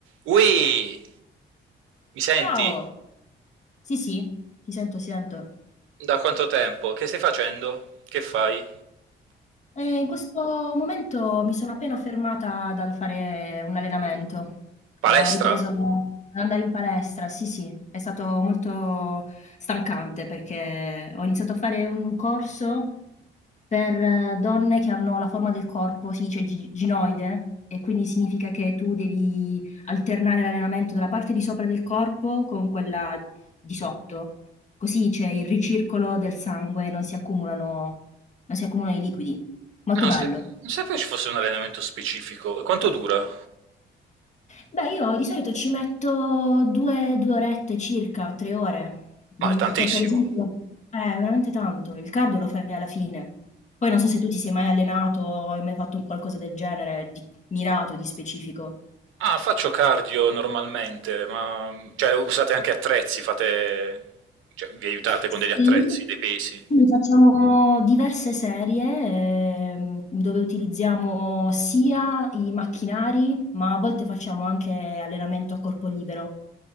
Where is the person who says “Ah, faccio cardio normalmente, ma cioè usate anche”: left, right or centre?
Right